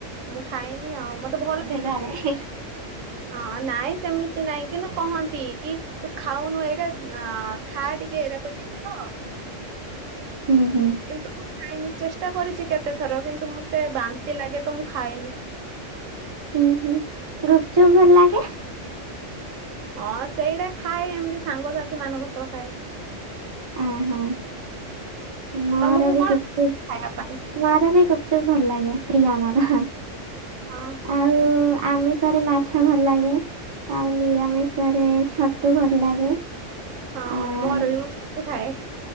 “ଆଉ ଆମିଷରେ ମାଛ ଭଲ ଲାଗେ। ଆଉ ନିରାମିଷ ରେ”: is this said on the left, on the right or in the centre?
Right